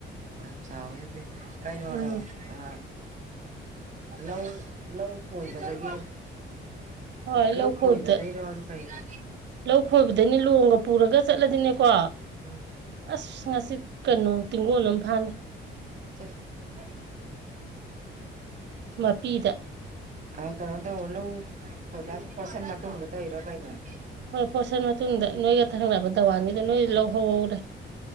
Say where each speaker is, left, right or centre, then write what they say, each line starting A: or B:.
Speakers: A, on the right; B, on the right.
A: ꯌꯥꯝ ꯆꯥꯎꯋꯤ ꯑꯗꯨꯗꯤ ꯀꯩꯅꯣꯔꯣ
B: ꯎꯝ
A: ꯑ ꯂꯧ ꯂꯧ ꯈꯣꯏꯕꯗꯒꯤ
B: ꯍꯣꯏ
A: ꯂꯧ
B: ꯈꯣꯏꯕꯗ
A: ꯈꯣꯏꯕꯗꯩꯔꯣ ꯑꯗꯨ ꯀꯩꯅꯣ
B: ꯂꯧ ꯈꯣꯏꯕꯗꯩꯅꯦ ꯂꯣꯡꯒ ꯄꯨꯔꯒ ꯆꯠꯂꯗꯤꯅꯦꯀꯣ
A: ꯎꯝ
B: ꯑꯁ ꯉꯁꯤ ꯀꯩꯅꯣ ꯇꯤꯡꯒꯣꯟ ꯑꯃ ꯐꯥꯅꯤ
A: <unintelligible>
B: ꯃꯄꯤꯗ
A: ꯑ ꯀꯩꯅꫭꯇꯧ ꯂꯧ ꯈꫭꯏꯕ ꯍꯥꯏꯁꯦ ꯐꫭꯔꯁꯟ ꯃꯇꯨꯡꯗ ꯇꯧꯏꯔꫭ ꯀꯩꯅꫭ
B: ꯍꯣꯏ ꯐꫭꯔꯁꯟ ꯃꯇꯨꯡꯗ ꯅꯣꯏꯒ ꯊꯪꯅꯕ ꯗꯥꯋꯥꯟꯒꯤꯗꫭ ꯅꯣꯏꯗꯤ ꯂꯧ ꯍꯧꯍꯧꯔꯦ